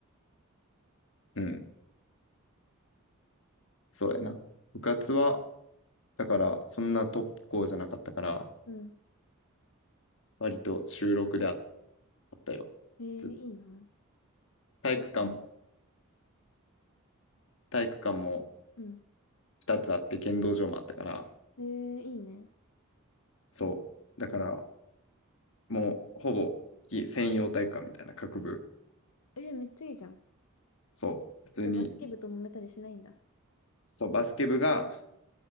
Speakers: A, on the left (about 65°); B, on the left (about 80°).
A: うん、そうやな。部活は、だから、そんなトップ校じゃなかったから、
B: うん。
A: 割と収録でああったよ。
B: えー、いいな。
A: ず体育館も、
B: どうかも。
A: 体育館も
B: うん。
A: 2つあって、剣道場もあったから、
B: えー、いいね。
A: そう。だから、もう、ほぼ、専用体育館みたいな各部。
B: えー、めっちゃいいじゃん。
A: そう。普通に、
B: じゃあ、バスケ部と揉めたりしないんだ。
A: そう、バスケ部が